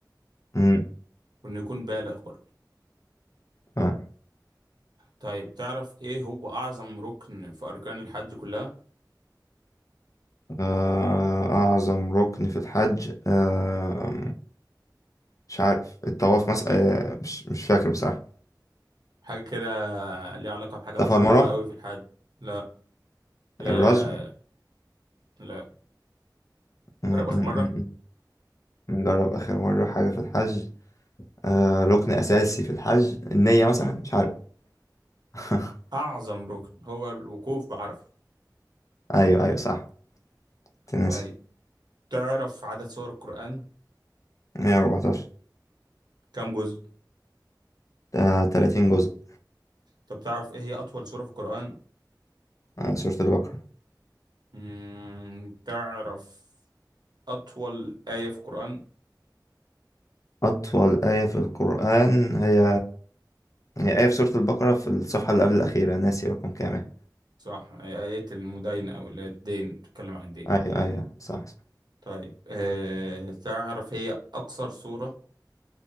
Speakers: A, on the left; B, on the right.
A: م.
B: وإنه يكون بالغ برضه
A: آه،
B: طيب تعرف إيه هو أعظم ركن في أركان الحج كلها؟
A: آه، اعظم ركن في الحج آه، مش عارف الطواف مثلا آه، مش مش فاكر بصراحة
B: حاجة كده ليها علاقة بحاجة مشهورة
A: الصفا والمروة
B: قوي في الحج لا لا
A: الرجم
B: لا
A: م-
B: جرب
A: م-
B: آخر مرة
A: م- م. نجرب آخر مرة حاجة في الحج آه ركن أساسي في الحج النية مثلا مش عارف <laughs>
B: أعظم ركن هو الوقوف بعرفة
A: أيوه أيوه صح تنسي
B: طيب تعرف عدد سور القرآن
A: 114
B: كم جزء
A: آه 30 جزء
B: طب تعرف إيه هي أطول سورة في القرآن
A: آه سورة البقرة
B: مم... تعرف أطول آية في القرآن
A: أطول آية في القرآن هي هي آية في سورة البقرة في الصفحة اللي قبل الأخيرة ناسي رقم كام يعني.
B: صح آية المداينة أو اللي هي الدين بتتكلم عن الدين
A: أيوه أيوه صح صح.
B: طيب آه... تعرف هي أقصر سورة